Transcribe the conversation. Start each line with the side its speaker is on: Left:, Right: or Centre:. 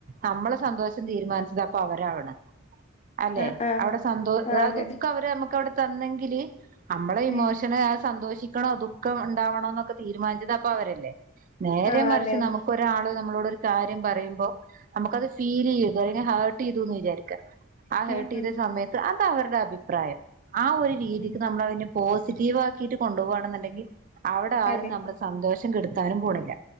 Right: നമ്മളെ സന്തോഷം തീരുമാനിച്ചത് അപ്പ അവരാണ് അല്ലെ
Left: ആഹ് ആഹ്
Right: അവിടെ സന്തോ
Left: ആഹ്
Right: ആ
Left: അതെ
Right: ദുഃഖം
Left: അതെ
Right: അവര് നമുക്കവിടെ തന്നെങ്കില് നമ്മളെ ഇമോഷന്
Left: ഉം
Right: അഹ് സന്തോഷിക്കണം ദുഃഖം ഉണ്ടാവണോ എന്നൊക്കെ തീരുമാനിച്ചത് അപ്പൊ അവരല്ലേ നേരെ
Left: ആഹ്
Right: മറിച്ച്
Left: അതെ അതെ
Right: നമുക്ക് ഒരാള് നമ്മളോട് ഒരു കാര്യം പറയുമ്പോ നമുക്കത് ഫീൽ ചെയ്യും <unintelligible> ഹേർട്ട് ചെയ്തുന്ന് വിചാരിക്കാം ആ ഹേർട്ട്
Left: ഉം
Right: ചെയ്ത
Left: ഉം
Right: സമയ ത്ത് അതഅവരുടെ അഭിപ്രായം ആ ഒരു രീതിക്ക്
Left: ഉം
Right: നമ്മളതിനു പോസിറ്റീവ് ആക്കീട്ട് കൊണ്ടൊവാണ് ന്ന് ഇണ്ടെങ്കി അവടെ ആരും
Left: അതെ
Right: നമ്മള് സന്തോഷം കെടുത്താനും പോണില്ല.